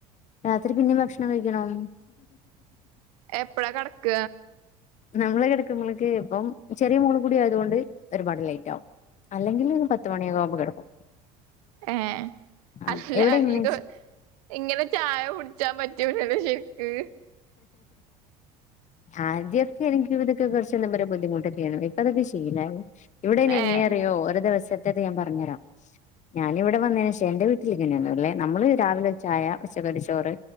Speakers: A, on the left; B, on the right.
A: രാത്രി പിന്നിം ഭക്ഷണം കഴിക്കണം
B: എപ്പഴാ കെടക്ക
A: ഞങ്ങള് കെടക്കുമ്പളേക്ക് ഇപ്പം ചെറിയ മോളും കൂടി ആയത് കൊണ്ട് ഒരുപാട് ലേറ്റാവും അല്ലെങ്കില് പത്ത് മണിയൊകാവുമ്പം കെടക്കും
B: ഏഹ്
A: ആഹ്
B: അല്ലാ
A: എവിടെ എങ്ങനെ
B: ഇത് ഇങ്ങനെ ചായ കുട്ച്ചാ പറ്റൂലല്ലോ ശരിക്ക്
A: ആദ്യൊക്കെ എനിക്ക് ഇതൊക്കെ കൊർച്ച് എന്താ പറ ബുദ്ധിമുട്ടൊക്കേനി ഇപ്പതൊക്കെ ശീലായി ഇവടെ അയിന് എങ്ങനെ
B: ഏഹ്
A: അറിയോ ഒര് ദിവസത്തത് ഞാൻ പറ്ഞ്ഞരാം ഞാനിവടെ വന്നേനേശെ എന്റെ വീട്ടില് ഇങ്ങനെന്നല്ലേ ഞമ്മള് രാവിലെ ചായ ഉച്ചക്കൊര് ചോറ്